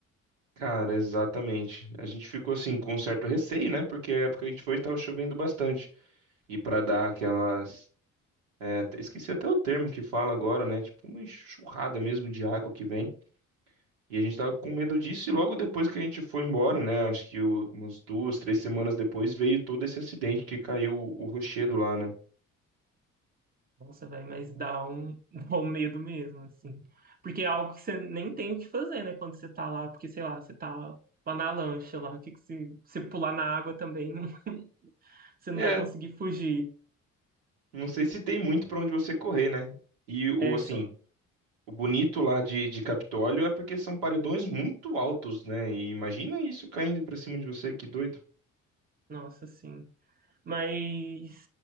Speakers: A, on the right; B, on the right.
A: Cara, exatamente. A gente ficou assim com um certo receio, né? Porque a época que a gente foi estava chovendo bastante. E para dar aquelas, é, te- esqueci até o termo que fala agora, né? Tipo uma enxurrada mesmo de água que vem. E a gente tava com medo disso e logo depois que a gente foi embora, né? Acho que o- umas duas, três semanas depois veio todo esse acidente que caiu o o rochedo lá, né?
B: Nossa, velho, mas dá um, <laughs> dá um medo mesmo, assim. Porque é algo que você nem tem o que fazer, né, quando você tá lá, porque, sei lá, você tá lá na lancha lá, o que que se você pular na água também, não, <laughs> você
A: É,
B: não vai conseguir fugir.
A: não sei se tem muito para onde você correr, né? E o
B: É
A: assim
B: só.
A: O bonito lá de, de Capitólio é porque são paredões muito altos, né? E imagina isso caindo pra cima de você, que doido.
B: Nossa, sim. Mas,